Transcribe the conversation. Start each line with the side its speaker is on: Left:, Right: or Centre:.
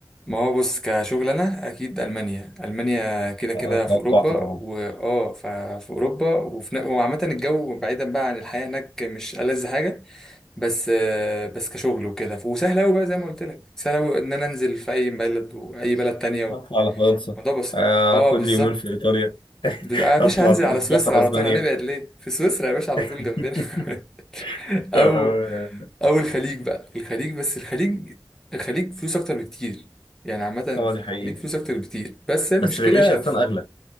Centre: ما هو بص كشغل انا اكيد المانيا المانيا كده كده
Left: أنا
Centre: في
Left: توقعت
Centre: اوروبا
Left: طبعا
Centre: واه ففي اوروبا وفي ن- وعامه الجو بعيدا بقى عن الحياه هناك مش ألذ حاجه بس آه، بس كشغل وكده وسهل قوي بقى زي ما قلت لك سهل قوي ان انا انزل في اي بلد واي بلد تانية
Left: اطلع على فرنسا
Centre: الموضوع بسيط
Left: آه،
Centre: اه
Left: اخد
Centre: بالظبط
Left: لي يومين في ايطاليا
Centre: بس- آه، يا باشا
Left: اطلع
Centre: هنزل
Left: اسبوع
Centre: على سويسرا
Left: في
Centre: على
Left: اسبانيا
Centre: طول هنبعد ليه في سويسرا يا باشا على
Left: <laughs>
Centre: طول جنبنا <laughs> او
Left: اه
Centre: او الخليج بقى الخليج بس الخليج الخليج فلوس اكتر بكتير يعني عامه
Left: آه،
Centre: في
Left: دي حقيقة
Centre: الخليج فلوس اكتر بكتير بس المشكله
Left: بس العيشة اصلا
Centre: في...
Left: اغلى